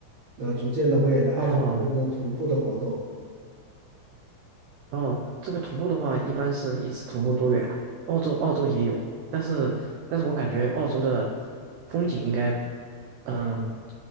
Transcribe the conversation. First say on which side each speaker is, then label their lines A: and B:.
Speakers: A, on the right; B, on the right.
A: 那逐渐的我也是爱上这边的徒步的活动。
B: 哦，哦，这个徒步的话，一般是一次徒步多远啊？澳洲澳洲也有，但是但是我感觉澳洲的风景应该，嗯，